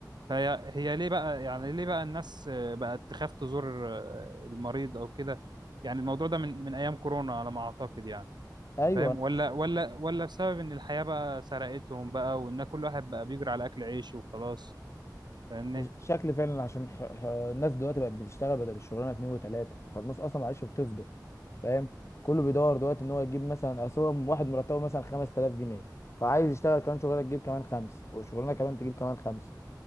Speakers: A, on the right; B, on the left.
A: فهي هي ليه بقى يعني ليه بقى الناس آه، بقت تخاف تزور آه، المريض او كده يعني الموضوع ده من من ايام كورونا على ما اعتقد يعني
B: ايوه
A: فاهم
B: انا
A: ولا
B: مش
A: ولا ولا بسبب ان الحياة بقى سرقتهم بقى وان كل واحد بقى بيجري على اكل عيشه وخلاص فاهمني
B: مش شكلي فعلا عشان ح... ح... الناس دلوقتي بقت بتشتغل بدل الشغلانه اتنين وتلاته فالناس اصلا معلش بتفضى فاهم كله بيدور دلوقتي ان هو يجيب مثلا اصل هو واحد مرتبه مثلا 5000 جنيه فعايز يشتغل كمان شغلانه تجيب كمان خمس وشغلانه كمان تجيب كمان خمس